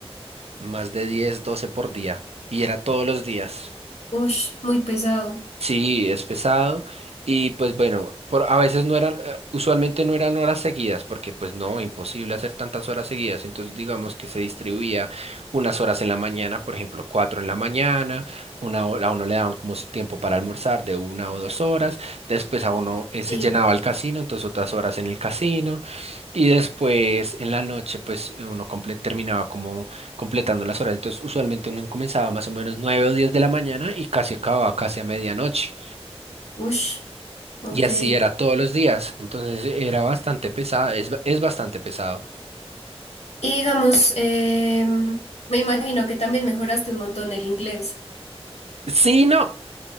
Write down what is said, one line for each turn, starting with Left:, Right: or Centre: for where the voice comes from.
Right: más de 10 12 por día, y era todos los días.
Left: Ush, muy pesado.
Right: Sí, es pesado y pues bueno, por, a veces no eran, eh, usualmente no eran horas seguidas porque pues no, imposible hacer tantas horas seguidas, entonces digamos que se distribuía unas horas en la mañana, por ejemplo, cuatro en la mañana, una hora, a uno le daban como si tiempo para almorzar de una o dos horas, después a uno eh, se
Left: Sí,
Right: llenaba el casino, entonces otras horas en el casino y después en la noche pues uno comple- terminaba como completando las horas. Entonces, usualmente uno comenzaba más o menos 9 o 10 de la mañana y casi acababa casi a medianoche.
Left: ush, ok.
Right: Y así
Left: Y
Right: era todos los días. Entonces, era bastante pesado, es, es bastante pesado.
Left: digamos, em, me imagino que también mejoraste un montón el inglés.
Right: Sí, no,